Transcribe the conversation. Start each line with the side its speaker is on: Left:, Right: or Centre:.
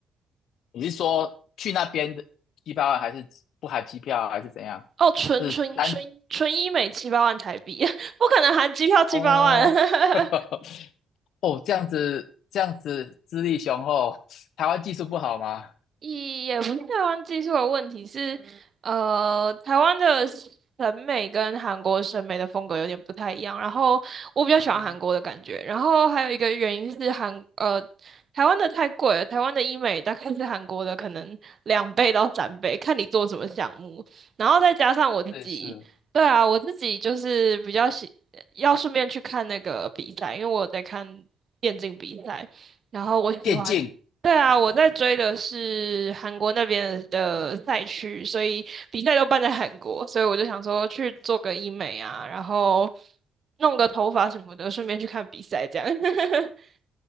Left: 你是说去那边的机票还是不含机票还是怎样？
Right: 哦，纯纯纯纯医美七八万台币，
Left: 是单
Right: <laughs> 不可能含机票七八万。
Left: 哦
Right: <laughs>
Left: <laughs>，哦，这样子这样子资历雄厚，台湾技术不好吗？
Right: 也也不是台湾技术的问题，是呃，台湾的审美跟韩国审美的风格有点不太一样。然后我比较喜欢韩国的感觉，
Left: 哦，
Right: 然后还有一个原因是韩呃，台湾的太贵了，台湾的医美大概是韩国的可能两倍到三倍，看你做什么项目。然后再加上我自己，
Left: 这是
Right: 对啊，我自己就是比较喜要顺便去看那个比赛，因为我有在看电竞比赛。然后我喜欢对啊，
Left: 电竞，
Right: 我在追的是韩国那边的赛区，所以比赛都办在韩国，所以我就想说去做个医美啊，然后弄个头发什么的，顺便去看比赛这样。<laughs>